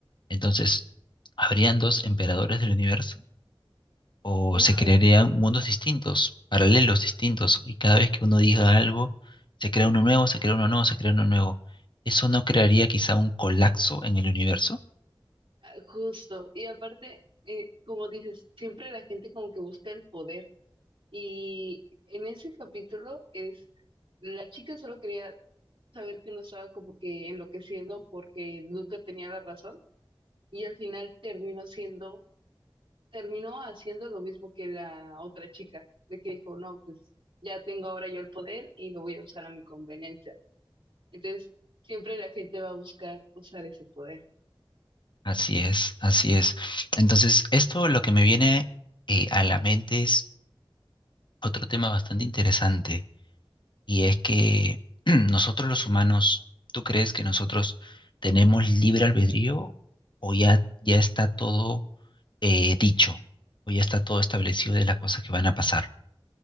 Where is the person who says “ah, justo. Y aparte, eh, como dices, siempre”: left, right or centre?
Right